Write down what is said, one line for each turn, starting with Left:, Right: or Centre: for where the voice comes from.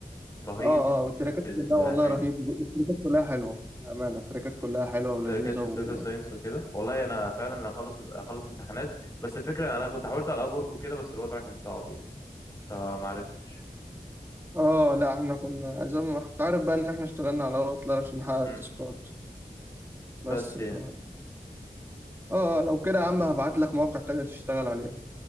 Left: رهيب
Right: اه اه والتراكات
Left: في الحاجات
Right: كلها والله رهيبة
Left: دي
Right: التراكات كلها حلوة بأمانة التراكات كلها حلوة ولذيذة
Left: درجات
Right: و...
Left: الداتا ساينس وكده والله انا فعلا انا هخلص هخلص امتحانات بس الفكره انا كنت حاولت على اب وورك وكده بس الوضع كان صعب يعني فمعرفتش
Right: اه لا احنا كنا زي ما انت عارف بقى ان احنا اشتغلنا على اوتلر عشان نحقق
Left: مم.
Right: التاسكات
Left: بس
Right: بس
Left: يعني
Right: ف اه لو كده يا عم هبعت لك موقع تاني تشتغل عليه